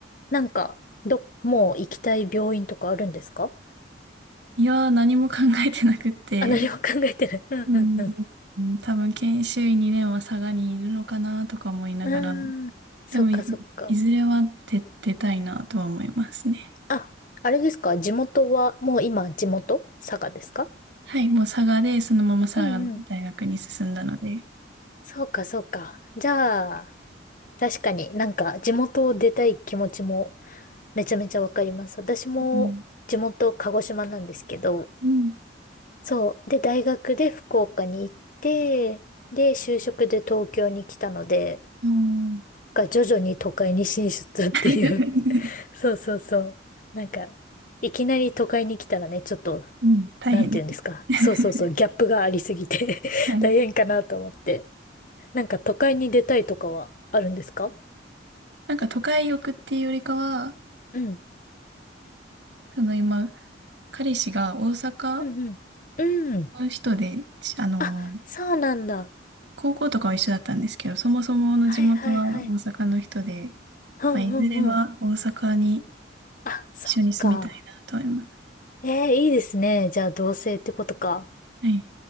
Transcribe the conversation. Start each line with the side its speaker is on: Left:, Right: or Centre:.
Left: なんか、ど、もう行きたい病院とかあるんですか
Right: いやー、何も考えてなくって、
Left: あ、何も考えてない。うん、
Right: うん、
Left: うん、う
Right: うん多分研修医2年は佐賀にいるのかなとか思いながら、
Left: ん。うーん、そっか、
Right: でもい、
Left: そっか。
Right: いずれは出、出たいなとは思いますね。
Left: あ、あれですか地元は、もう今地元佐賀ですか
Right: はい、もう佐賀で、そのまま佐賀の大学に進んだので、
Left: うんうん。そうか、そうか。じゃあ、確かになんか地元を出たい気持ちもめちゃめちゃわかります。私も地元鹿児島なんですけど、
Right: うん。うん。
Left: そう。で、大学で福岡に行って、で、就職で東京に来たので、
Right: おー
Left: が徐々に都会に進出っていう。
Right: <laughs>
Left: <laughs> そうそうそう。なんか、いきなり都会に来たらね、ちょっと
Right: うん。<laughs> 大変です。
Left: なんて言うんですか。
Right: <laughs>
Left: そうそうそう、ギャップがありすぎて <laughs>
Right: はい
Left: 大変かなと思って。なんか都会に出たいとかはあるんですか
Right: なんか都会欲っていうよりかは、
Left: うん。
Right: その今、彼氏が大阪
Left: うんうん。うん。
Right: の人で、ちあの、
Left: あ、そうなんだ。
Right: 高校とかは一緒だったんですけど、そもそもの地元は大阪の人で、
Left: はいはいはい。うんうんうん。
Right: まあ、いずれは大阪に
Left: あ、そっか。
Right: 一緒に住みたいなと思います。
Left: えー、いいですね。じゃあ同棲ってことか。
Right: はい。